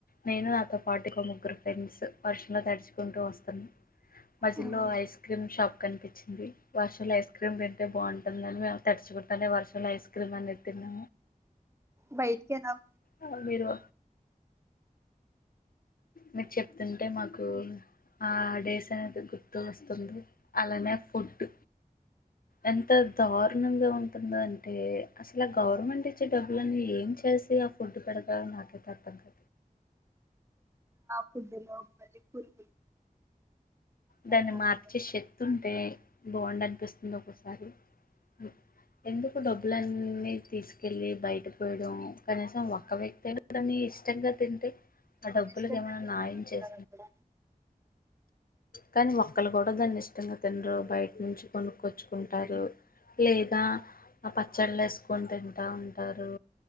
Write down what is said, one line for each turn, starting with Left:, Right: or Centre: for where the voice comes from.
Left: నేను నాతో పాటు ఒక ముగ్గురు ఫ్రెండ్స్ వర్షంలో తడుచుకుంటూ వస్తున్నామ్ మజిల్లో
Right: ఉమ్.
Left: ఐస్ క్రీమ్ షాప్ కనిపించింది‌. వర్షంలో ఐస్ క్రీమ్ తింటే‌ బావుంటుంది అని చూత్తానే‌ వర్షంలో ఐస్ క్రీమ్ అనేది తిని
Right: బైటికి ఏనాం
Left: ఎవరు మీరూ మీరు చెప్తుంటే నాకు ఆ డేస్ అనేది గుర్తు వస్తుంది అలానే ఫుడ్ ఎంత దారుణంగా ఉంటుంది అంటే అసలు గవర్నమెంట్ ఇచ్చే డబ్బులన్నీ ఏం చేసి ఫుడ్ పడాద నాదే తప్పు అంతా
Right: ఫుడ్ లో పాని పూరి
Left: దాన్ని
Right: బాగుండేది
Left: మార్చే శక్తుంటే బావుండు అనిపిస్తుంది ఒక్కొసారి సారి. ఎందుకు డబ్బులన్నీ తీసుకెళ్ళి బయట పోయడం కనీసం ఒక్క వ్యక్తి అయినా దాని ఇష్టంగా తింటే. ఆ డబ్బులకు
Right: ఇష్టంగా
Left: ఎమన్నా
Right: తినేవారు
Left: నాయం
Right: ఉంటారు
Left: చేయ్
Right: అక్కడ
Left: కానీ ఒక్కరు కూడా దాన్ని ఇష్టంగా తినరు బయట నుంచి కొనుక్కొచ్చుకుంటారు లేదా పచ్చళ్ళు వేసుకొని తింటా ఉంటారు